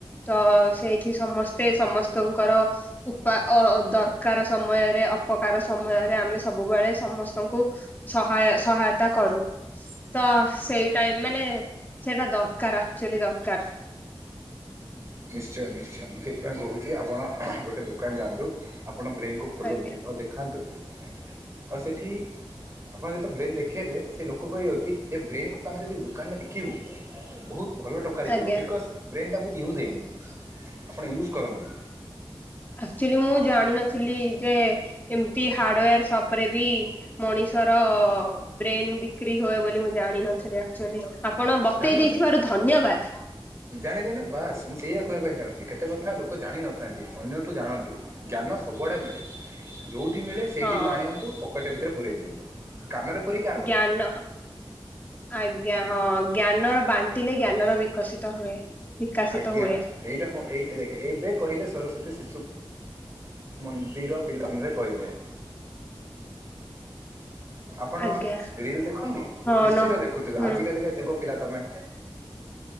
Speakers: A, on the left (about 20°); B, on the right (about 30°).
A: ତ ସେଇ ଟି ସମସ୍ତେ ସମସ୍ତଙ୍କର ଉପା ଦରକାର ସମୟରେ ଅପକାର ସମୟରେ ଆମେ ସବୁବେଳେ ସମସ୍ତଙ୍କୁ ସହାୟ ସହାୟତା କରୁ। ତ ସେଇ ଟାଇମ୍ ମାନେ ସେଇଟା ଦରକାର ଆକ୍ଚୁଆଲି ଦରକାର।
B: ନିଶ୍ଚୟ ନିଶ୍ଚୟ ମୁଁ ସେଇଥିପାଇଁ କହୁଛି ଆପଣ ଗୋଟେ ଦୋକାନ ଯାଆନ୍ତୁ। ଆପଣ ବ୍ରେନ୍ କୁ ଖୋଲନ୍ତୁ
A: ଆଜ୍ଞା
B: ଆଉ ଦେଖାନ୍ତୁ ଆଉ ସେଠି ଆପଣ ଯେତେ ବ୍ରେନ୍ ଦେଖେଇବେ ସେ ଲୋକ କହିବ କି ଏ ବ୍ରେନ୍ କୁ ଆମେ ଯଦି ଦୋକାନରେ ବିକିବୁ ବହୁତ୍ ଭଲ ଟଙ୍କାରେ
A: ଆଜ୍ଞା।
B: ଯିବ ବିକଜ ବ୍ରେନ୍ ଟା ବହୁତ ୟୁଜ୍ ହେଇନି ଆପଣ ୟୁଜ୍ କରନ୍ତୁ।
A: ଆକ୍ଚୁଆଲି ମୁଁ ଜାଣିନଥିଲି ଯେ ଏମିତି ହାର୍ଡୱେର ସପ୍ ରେ ବି ମଣିଷର ବ୍ରେନ୍ ବିକ୍ରି ହୁଏ ବୋଲି ମୁଁ ଜାଣିନଥିଲି ଆକଚ୍ୟୁଲି। ଆପଣ ବତେଇ
B: ଜାଣିନଥିଲେ
A: ଦେଇଥିବାରୁ ଧନ୍ୟବାଦ୍।
B: ଜାଣିଲେ ନା ବାସ୍ ମୁଁ ସେଇଆ କହିବା ପାଇଁ ଚାହୁଁଛି କେତେ କଥା ଲୋକ ଜାଣିନଥାନ୍ତି ଅନ୍ୟଠୁ ଜାଣନ୍ତି। ଜ୍ଞାନ ସବୁଆଡ଼େ ମିଳେ ଯୋଉଠି ମିଳେ ସେଇଠି
A: ହଁ
B: <unintelligible> ପକେଟ୍ ଭିତରେ ପୂରେଇ ଦିଅନ୍ତୁ। କାନରେ ପୁରେଇକି
A: ଜ୍ଞାନ ଆଜ୍ଞା ହଁ ଜ୍ଞାନର ବା ବାଣ୍ଟିଲେ ଜ୍ଞାନର ବିକଶିତ ହୁଏ। ବିକାଶିତ
B: ଆଜ୍ଞା
A: ହୁଏ
B: ଏଇଟା ହଁ ଏଇ ଦେଖେ ଏବେ କହିଲେ ସରସ୍ଵତୀ ଶିଶୁ ମନ୍ଦିର ପିଲାମାନେ କହିଲେ। ଆପଣ
A: ଆଜ୍ଞା
B: ରିଲ୍ ଦେଖନ୍ତି‌
A: ହଁ
B: ନିଶ୍ଚିତ
A: ନ
B: ଦେଖୁଥିବେ
A: ହୁଁ
B: ଆଜି କାଲିକା ଯୁଗ ପିଲା ତମେ।